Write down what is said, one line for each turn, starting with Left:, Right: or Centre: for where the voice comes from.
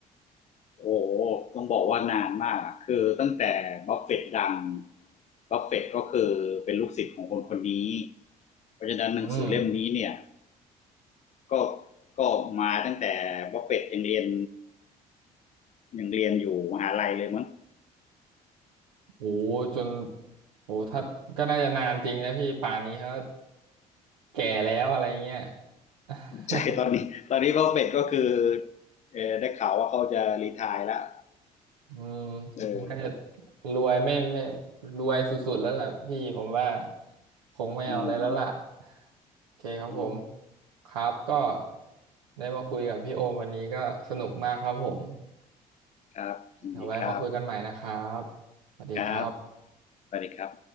Left: โอ้ต้องบอกว่านานมากคือตั้งแต่บัฟเฟตต์ดังบัฟเฟตต์ก็คือเป็นลูกศิษย์ของคนคนนี้เพราะฉะนั้นหนังสือเล่มนี้เนี่ย
Right: อืม
Left: ก็ก็มาตั้งแต่บัฟเฟตต์ยังเรียนยังเรียนอยู่มหาลัยเลยมั้ง
Right: โหจนโหถ้าก็น่าจะนานจริงนะพี่ป่านนี้เขาแก่แล้วอะไรเงี้ย <laughs>
Left: ใช่ตอนนี้ตอนนี้บัฟเฟตต์ก็คือเออได้ข่าวว่าเขาจะรีไทายแล้ว
Right: อืม
Left: เออ
Right: น่าจะรวยไม่ไม่รวยสุดๆแล้วล่ะพี่ผมว่าคงไม่เอาอะไรแล้วล่ะ
Left: อืม
Right: โอเคครับผม
Left: อืม
Right: ครับก็ได้มาคุยกับพี่โอมวันนี้ก็สนุกมากครับผม
Left: ครับยินดีครับ
Right: เดี๋ยวไว้มาคุยกันใหม่นะครับสวัสดีครับ
Left: ครับ สวัสดีครับ